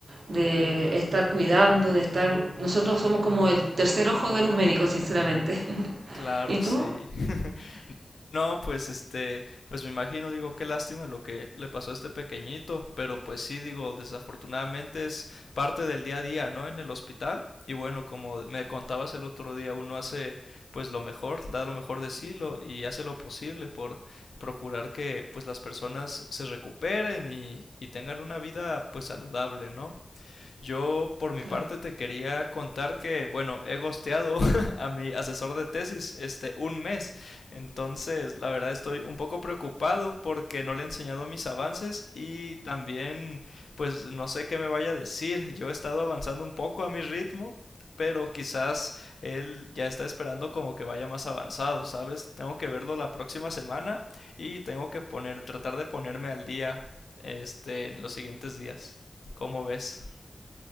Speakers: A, on the right (about 80°); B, on the left (about 70°).
A: de estar cuidando, de estar... Nosotros somos como el tercer ojo de los médicos, sinceramente. <laughs>
B: Claro,
A: ¿Y tú?
B: sí. <laughs> No, pues este, pues me imagino, digo, qué lástima lo que le pasó a este pequeñito, pero pues sí, digo, desafortunadamente es parte del día a día, ¿no? En el hospital. Y bueno, como me contabas el otro día, uno hace pues lo mejor, da lo mejor de sí lo, y hace lo posible por procurar que pues las personas se recuperen y, y tengan una vida pues saludable, ¿no? Yo, por mi
A: Claro.
B: parte, te quería contar que, bueno, he gosteado <laughs> a mi asesor de tesis este un mes. Entonces, la verdad estoy un poco preocupado porque no le he enseñado mis avances y también, pues, no sé qué me vaya a decir. Yo he estado avanzando un poco a mi ritmo, pero quizás él ya está esperando como que vaya más avanzado, ¿sabes? Tengo que verlo la próxima semana y tengo que poner, tratar de ponerme al día, este, en los siguientes días. ¿Cómo ves?